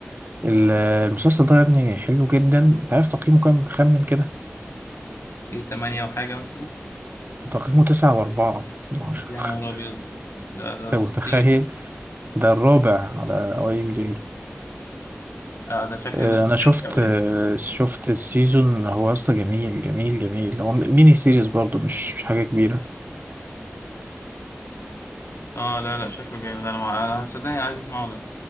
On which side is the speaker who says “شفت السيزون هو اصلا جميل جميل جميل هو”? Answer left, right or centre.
Right